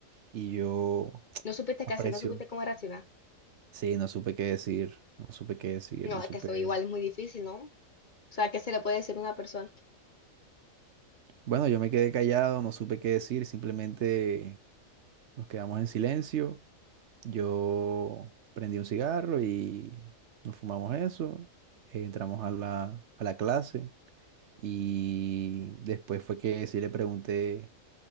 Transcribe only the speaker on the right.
y yo
aprecio.
Sí, no supe qué decir, no supe qué decir,
no
supe.
Bueno, yo me quedé callado, no supe qué decir, simplemente nos quedamos en silencio Yo prendí un cigarro y nos fumamos eso. eh, entramos a la, a la clase y después fue que sí le pregunté,